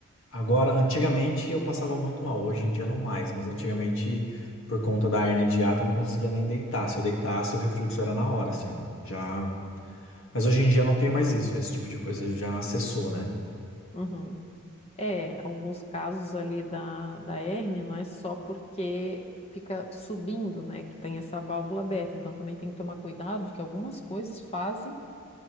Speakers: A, on the left; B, on the left.
A: agora, antigamente eu passava muito mal, hoje em dia não mais, mas antigamente, por conta da hérnia de hiato, eu não conseguia nem deitar. Se eu deitasse, o refluxo era na hora, assim, ó. Já... Mas hoje em dia eu não tenho mais isso, esse tipo de coisa já cessou, né?
B: uhum. É, alguns casos ali da, da hérnia não é só porque fica subindo, né, que tem essa válvula aberta. Então também tem que tomar cuidado de que algumas coisas fazem.